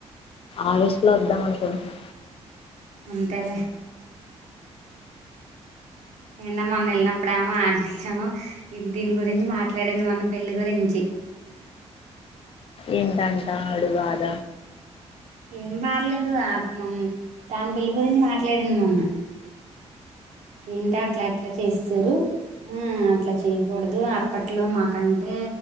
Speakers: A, on the left; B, on the right.
A: ఆగస్ట్ లో వద్దాం అనుకుంటున్న
B: అంతేలే నిన్న మొన్న వెళ్ళినప్పుడు ఏమో అచ్చం దీని గురించి మాట్లాడింది మన పెళ్లి గురించి
A: ఏంటంట వాడి బాధ
B: ఏం పాడలేదు మొన్న దాని పెళ్లిి గురించి మాట్లాడింది మొన్న ఏంటి అట్ల ఇట్ల చేసేసారు ఆ అట్లా చెయ్యకూడదు అప్పట్లో మాకంటే